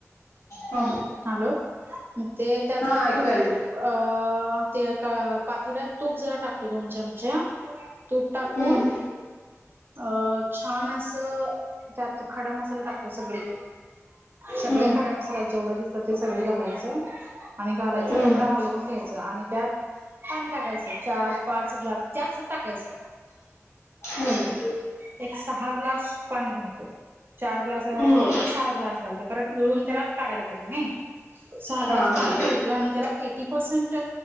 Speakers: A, on the left (about 65°); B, on the right (about 40°).
A: हा
B: हॅलो मग ते त्यात
A: हा
B: जरा
A: ऐकू
B: तूप
A: यायलय.
B: अ ते एका पातेल्यात तूप जरा टाकतो दोन चमचे तूप टाकून
A: हम्म
B: अ छान अस त त्यात खडा मसाला टाकतो सगळी सगळे
A: हम्म
B: खडे मसाला जेवढ दिस त ते सगळी घालायचं आणि घालायचं
A: हम्म
B: ते जरा हालवून घ्यायचं आणि त्यात पाणी टाकायचं चार पाच ग्लास जास्तच टाकायच.
A: हम्म
B: एक सहा ग्लास पाणी घालतोय चार ग्लास घालायचे
A: हम्म
B: तिथ सहा ग्लास घालतो कारण येळून त्याला काढायला पाहिजे नाही सहा
A: हा
B: ग्लास
A: हा
B: पाणी घाल ठेवतो आणि त्याला एटी परसेंट